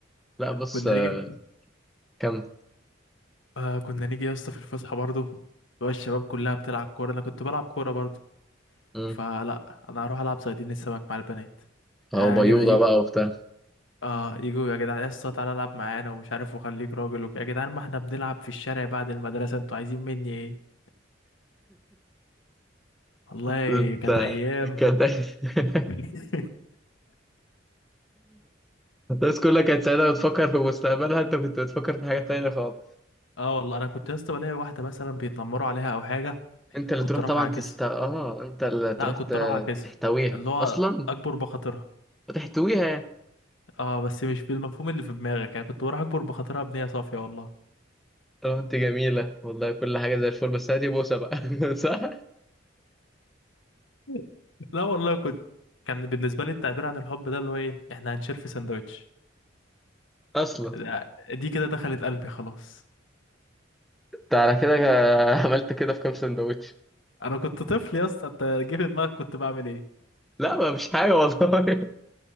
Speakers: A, in the centre; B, on the left.
A: لا بص
B: كنا
A: آه،
B: نيجي
A: كم
B: آه كنا نيجي يا اسطى في الفسحة برضه اللي هو الشباب كلها بتلعب كورة انا كنت بلعب كورة برضه
A: مم.
B: فلا انا هروح العب صيادين السمك مع البنات آه
A: اهو بيوضة
B: كده
A: بقى وبتاع
B: اه يجوا يا جدعان يا اسطى تعالى العب معانا ومش عارف وخليك راجل وك... يا جدعان ما احنا بنلعب في الشارع بعد المدرسة انتوا عايزين مني ايه والله
A: انت
B: كانت ايام
A: كانت <laughs>
B: <laughs>
A: الناس كلها كانت سعيدة بتفكر في مستقبلها انت كنت بتفكر في حاجة تانية خالص
B: اه والله انا كنت يا اسطى بلاقي واحدة مثلا بيتنمروا عليها او حاجة
A: انت اللي
B: كنت
A: تروح
B: اروح
A: طبعا
B: اعكسها
A: تست اه انت اللي تروح
B: لا كنت
A: ت-
B: اروح اعكسها
A: تحتويها
B: اللي هو
A: اصلا
B: اكبر بخاطرها
A: وتحتويها يعني
B: اه بس مش بالمفهوم اللي في دماغك يعني كنت بروح اكبر بخاطرها بنية صافية والله
A: طب انت جميلة والله كل حاجة زي الفل بس هاتي بوسة بقى <laughs> صح؟
B: <laughs> لا والله كنت كان بالنسبة لي التعبير عن الحب ده اللي هو ايه احنا هنشير في سندوتش
A: اصلا
B: لا، دي كده دخلت قلبي خلاص
A: انت على كده عملت كده في كام سندوتش
B: انا كنت طفل يا اسطى انت جه في دماغك كنت بعمل ايه
A: لا ما مش حاجة والله